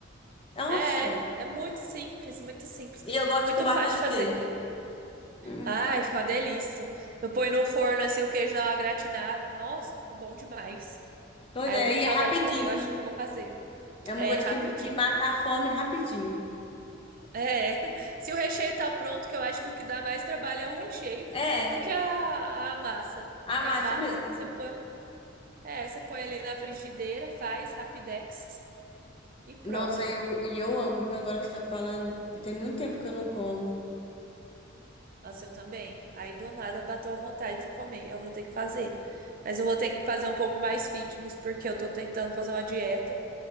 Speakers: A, on the left; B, on the right.
A: Nossa!
B: É, é é muito simples, muito simples.
A: E eu gosto
B: Muito
A: com bastante
B: fácil de fazer.
A: queijo. Hum.
B: Ai, fica uma delícia. Eu põe no forno assim, o queijo dá uma gratinada. Nossa, fica bom demais.
A: Pois
B: Aí
A: é,
B: eu tô com
A: e
B: saudade
A: é rapidinho.
B: de comer, eu acho que eu vou fazer.
A: É uma
B: É
A: coisa
B: rapidinho.
A: que, que mata a fome rapidinho.
B: É, <laughs> se o recheio tá pronto, que eu acho que o que dá mais trabalho é o recheio
A: É,
B: do que a, a massa.
A: a
B: Que
A: massa
B: a massa
A: mesmo.
B: você põe, é, você põe ali na frigideira, faz rapidex e pronto.
A: Nossa, eu, e eu amo, viu? Agora que você tá falando, tem muito tempo que eu não como.
B: Nossa, eu também. Aí do nada bateu a vontade de comer, eu vou ter que fazer. Mas eu vou ter que fazer um pouco mais fitness porque eu tô tentando fazer uma dieta.